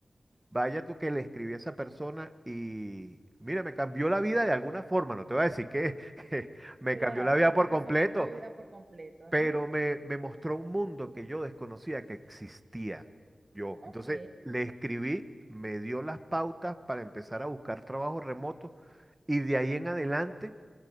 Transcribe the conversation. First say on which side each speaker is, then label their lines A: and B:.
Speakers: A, on the right; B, on the right.
A: Vaya tú que le escribí a esa persona y mira, me cambió la vida de alguna forma. No te voy a decir que, <laughs> que me
B: Claro
A: cambió la vida
B: que
A: por
B: te resolvió
A: completo,
B: la vida por completo. Ajá.
A: pero me, me mostró un mundo que yo desconocía que existía yo.
B: Ok.
A: Entonces le escribí, me dio las pautas para empezar a buscar trabajo remoto y de ahí en adelante.